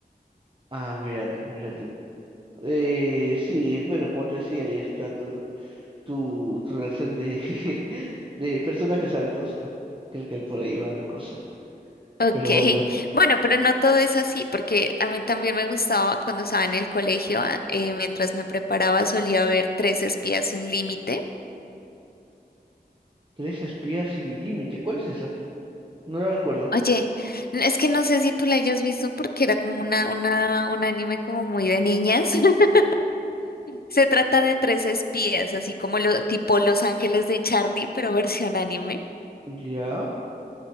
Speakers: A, on the right; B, on the left.
A: Ah, mira tú, mira tú. Eh, sí, bueno, como te decía, ahí está tu, tu, tu relación de, <laughs> de personajes altos. Ah, Creo que por ahí va la cosa.
B: Ok,
A: Pero bueno,
B: bueno, pero no todo es así, porque a mí también me gustaba cuando estaba en el colegio, a- eh, mientras me preparaba solía ver Tres Espías Sin Límite.
A: tres espías sin límite. ¿Cuál es esa? No la recuerdo.
B: Oye, n- es que no sé si tú la hayas visto porque era como una, una, un anime como muy de niñas. <laughs> Se trata de tres espías, así como lo, tipo Los Ángeles de Charlie, pero versión anime.
A: Ya.